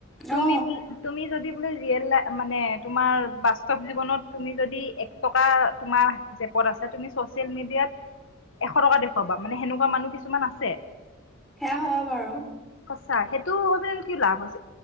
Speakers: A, on the left; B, in the centre.
A: তুমি
B: অ
A: বুল, তুমি যদি- মানে ৰিয়েল লা, মানে তোমাৰ বাস্তৱ জীৱনত তুমি যদি এক টকা তোমাৰ জেপত আছে তুমি চছিয়েল মিডিয়াত এশ টকা দেখ- ৱাবা। মানে সেনেকুৱা মানুহ কিছুমান আছে।
B: সেয়া হয় বাৰু
A: সঁচা। সেইটো হৈ পেলাইনো কি লাভ হৈছ-